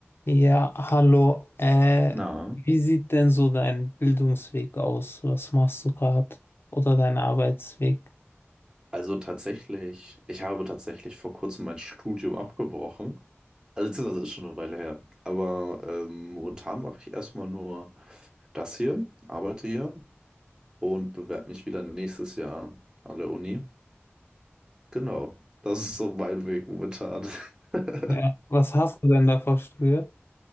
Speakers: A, on the left; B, on the right.
A: Ja, hallo. Äh,
B: Na,
A: wie sieht denn so dein Bildungsweg aus? Was machst du gerade? Oder dein Arbeitsweg?
B: Also tatsächlich, ich habe tatsächlich vor kurzem mein Studium abgebrochen. Also beziehungsweise ist schon eine Weile her. Aber ähm, momentan mache ich erstmal nur das hier, arbeite hier und bewerbe mich wieder nächstes Jahr an der Uni. Genau, das ist so mein Weg momentan. <laughs>
A: Ja, was hast du denn davor studiert?